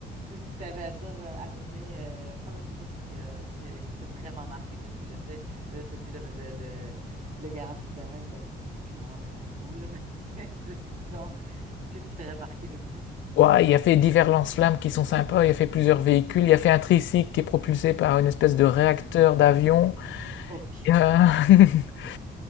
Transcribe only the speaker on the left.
Ouais, il a fait divers lance-flammes qui sont sympas, il a fait plusieurs véhicules, il a fait un tricycle qui est propulsé par une espèce de réacteur d'avion,
euh, <laughs>